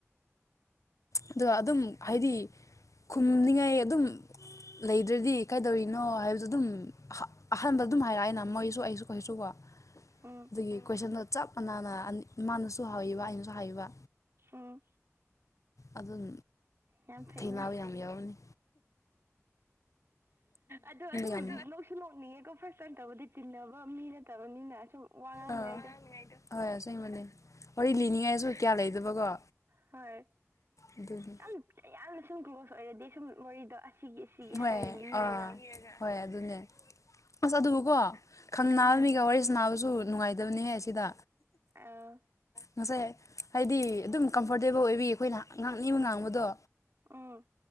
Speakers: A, on the left; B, on the right.
A: ꯑꯗꯨꯒ ꯑꯗꯨꯝ ꯍꯥꯏꯗꯤ ꯈꯨꯝꯅꯤꯡꯉꯥꯏ ꯑꯗꯨꯝ ꯂꯩꯗ꯭ꯔꯗꯤ ꯀꯩꯗꯧꯔꯤꯅꯣ ꯍꯥꯏꯕꯗ ꯑꯗꯨꯝ ꯑꯍꯥꯟꯕ ꯑꯗꯨꯝ ꯍꯥꯏꯔꯛꯑꯅ ꯃꯣꯏꯁꯨ ꯑꯩꯁꯨ ꯀꯁꯨꯀꯣ
B: ꯎꯝ
A: ꯑꯗꯨꯗꯒꯤ ꯀꯣꯏꯁꯟꯗ ꯆꯞ ꯃꯥꯟꯅꯅ ꯃꯥꯃꯥꯅꯁꯨ ꯍꯥꯎꯕ ꯑꯩꯅꯁꯨ ꯍꯥꯏꯥꯎꯕ
B: ꯎꯝ
A: ꯑꯗꯨꯝ
B: ꯌꯥꯝ ꯐꯩꯅꯦ
A: ꯊꯦꯡꯅꯥꯕꯨ ꯌꯥꯝ ꯌꯥꯎꯔꯅꯤ
B: ꯑꯗꯣ ꯑꯁꯨꯝ
A: ꯌꯥꯝ
B: ꯅꯣꯛꯁꯨ ꯅꯣꯛꯅꯤꯡꯉꯦꯀꯣ ꯐꯥꯔꯁ ꯇꯥꯏꯝ ꯇꯧꯕꯗꯤ ꯇꯤꯟꯅꯕ ꯃꯤ ꯅꯠꯇꯕꯅꯤꯅ ꯁꯨꯝ ꯋꯥ ꯉꯥꯡꯃꯤꯉꯩꯗ
A: ꯑꯥ ꯍꯣꯏ ꯑꯁꯦꯡꯕꯅꯤ ꯋꯥꯔꯤ ꯂꯤꯅꯤꯡꯉꯥꯏꯁꯨ ꯀꯌꯥ ꯂꯩꯗꯕꯀꯣ
B: ꯍꯣꯏ
A: ꯑꯗꯨꯅꯤ
B: ꯌꯥꯝ ꯌꯥꯝꯅ ꯁꯨꯝ ꯀ꯭ꯂꯣꯁ ꯑꯣꯏꯔꯗꯤ ꯁꯨꯝ ꯋꯥꯔꯤꯗꯣ ꯑꯁꯤꯒꯤ ꯁꯤꯒꯦ
A: ꯍꯣꯏ
B: ꯍꯥꯏꯔꯒ ꯂꯤꯔꯒ
A: ꯑꯥ ꯍꯣꯏ ꯑꯗꯨꯅꯦ ꯑꯁ ꯑꯗꯨꯕꯨꯀꯣ ꯈꯪ ꯅꯥꯕ
B: ꯎꯝ
A: ꯃꯤꯒ ꯋꯥꯔꯤ ꯁ ꯅꯕꯁꯨ ꯅꯨꯡꯉꯥꯏꯗꯕꯅꯤꯍꯦ ꯑꯁꯤꯗ
B: ꯑꯥ
A: ꯉꯁꯥꯏ ꯍꯥꯏꯗꯤ ꯑꯗꯨꯝ ꯀꯝꯐꯣꯔꯇꯦꯕꯜ ꯑꯣꯏꯕꯤ ꯑꯩꯈꯣꯏꯅ ꯉꯥꯡꯅꯤꯕ ꯉꯥꯡꯕꯗꯣ
B: ꯑꯥ